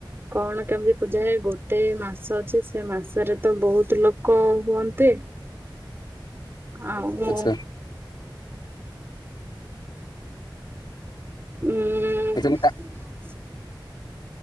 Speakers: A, on the right; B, on the left.
A: କଣ କେମିତି ପୂଜା ହୁଏ ଗୋଟେ ମାସ ଅଛି ସେ ମାସରେ ତ ବହୁତ ଲୋକ ହୁଅନ୍ତି। ଆଉ ଉଃ
B: ଆଚ୍ଛା
A: ଉଁ
B: ଆଚ୍ଛା ମୁଁ ତା